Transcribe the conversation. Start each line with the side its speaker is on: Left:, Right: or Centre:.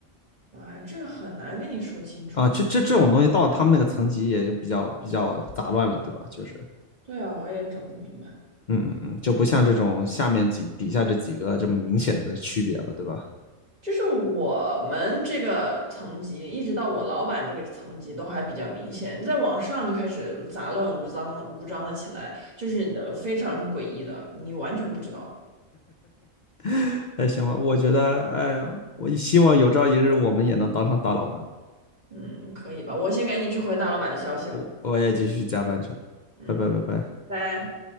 Right: 哎，这个很难跟你说清楚。
Left: 啊，这这这种东西到他们那个层级也就比较比较杂乱了，对吧？就是，
Right: 对啊，我也整不明白。
Left: 嗯嗯嗯，就不像这种下面几底下这几个这么明显的区别了，对吧？
Right: 就是我们这个层级，一直到我老板这个层级都还比较明显，再往上就开始杂乱无章无章了起来，就是呃非常诡异的，你完全不知道。
Left: <laughs> 哎，行吧，我觉得，哎呀，我希望有朝一日我们也能当上大老板，
Right: 嗯，可以吧？我先赶紧去回大老板的消息了。
Left: 我我也继续加班去了，
Right: 嗯，
Left: 拜拜拜拜。
Right: 拜。